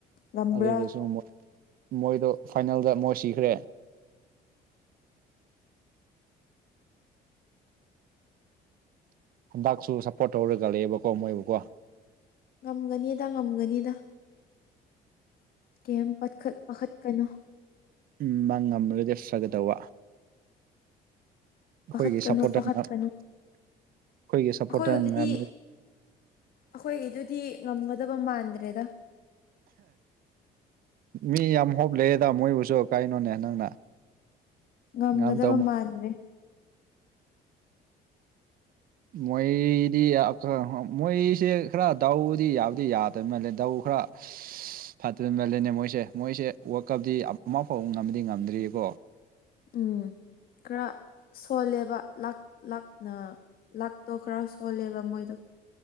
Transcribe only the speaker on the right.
ꯑꯗꯨꯗꯁꯨ ꯃꯣꯏꯗꯣ ꯐꯥꯏꯅꯦꯜꯗ ꯃꯣꯏ ꯁꯤꯈ꯭ꯔꯦ ꯍꯟꯗꯛꯁꯨ ꯁꯄꯣꯔꯠ ꯇꯧꯔꯒ ꯂꯩꯌꯦꯕꯀꯣ ꯃꯣꯏꯕꯨꯀꯣ
ꯎꯝ ꯃꯥ ꯉꯝꯂꯒꯗꯤ ꯐꯒꯗꯧꯕ ꯑꯩꯈꯣꯏꯒꯤ
ꯁꯞꯄꯣꯔꯠꯇꯔꯅ
ꯑꯩꯈꯣꯏꯒꯤ ꯁꯞꯄꯣꯔꯠꯇꯔꯅ
ꯉꯝ
ꯃꯤ ꯌꯥꯝ ꯍꯣꯞ ꯂꯩꯌꯦꯗ ꯃꯣꯏꯕꯨꯁꯨ ꯀꯔꯤꯅꯣꯅꯦ ꯅꯪꯅ
ꯉꯝꯗꯧ
ꯃꯣꯏꯗꯤ ꯑꯈꯔ ꯃꯣꯏꯁꯦ ꯈꯔ ꯗꯥꯎꯕꯨꯗꯤ ꯌꯥꯕꯨꯗꯤ ꯌꯥꯗꯕ ꯃꯥꯜꯂꯦ ꯗꯥꯎ ꯈꯔ ꯐꯇꯦ ꯃꯜꯂꯦꯅꯦ ꯃꯣꯏꯁꯦ ꯃꯣꯏꯁꯦ ꯋꯥꯔꯗ ꯀꯞꯇꯤ ꯑꯃ ꯐꯥꯎꯕ ꯉꯝꯗꯤ ꯉꯝꯗ꯭ꯔꯤꯀꯣ